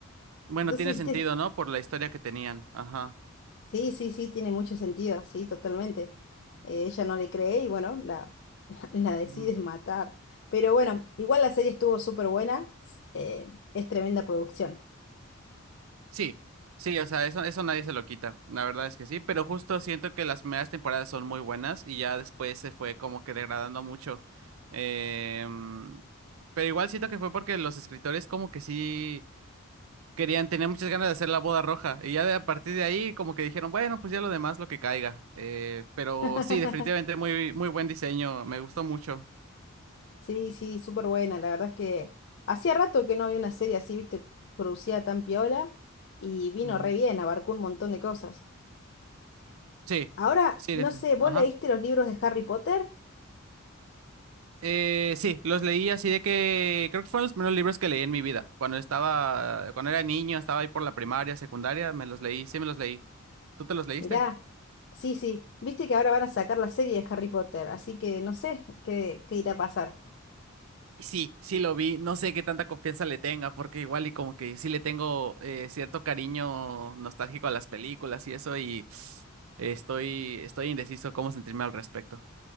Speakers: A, on the right (about 75°); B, on the left (about 55°).
A: Bueno,
B: Entonces,
A: tiene
B: ¿viste?
A: sentido, ¿no? Por la historia que tenían. Ajá.
B: Sí, sí, sí, tiene mucho sentido, sí, totalmente. Eh, ella no le cree y bueno, la, <laughs> la decide
A: Ujú.
B: matar. Pero bueno, igual la serie estuvo súper buena, s- eh, es tremenda producción.
A: Sí, sí, o sea, eso, eso nadie se lo quita. La verdad es que sí, pero justo siento que las primeras temporadas son muy buenas y ya después se fue como que degradando mucho. Em, pero igual siento que fue porque los escritores como que sí. Querían, tenían muchas ganas de hacer la boda roja y ya de, a partir de ahí como que dijeron, bueno, pues ya lo demás lo que caiga. Eh, pero
B: <laughs>
A: sí, definitivamente muy, muy buen diseño, me gustó mucho.
B: Sí, sí, súper buena. La verdad es que hacía rato que no había una serie así, viste, producida tan piola y vino
A: Mm,
B: re bien, abarcó un montón de cosas.
A: Sí,
B: Ahora,
A: sí,
B: no
A: defi-
B: sé, ¿vos
A: ajá.
B: leíste los libros de Harry Potter?
A: Eh, sí, los leí así de que creo que fueron los primeros libros que leí en mi vida. Cuando estaba, cuando era niño, estaba ahí por la primaria, secundaria, me los leí, sí me los leí. ¿Tú te los leíste?
B: Mirá, sí, sí, viste que ahora van a sacar la serie de Harry Potter, así que no sé qué, qué irá a pasar. <laughs>
A: Sí, sí lo vi. No sé qué tanta confianza le tenga, porque igual y como que sí le tengo eh, cierto cariño nostálgico a las películas y eso, y estoy, estoy indeciso cómo sentirme al respecto.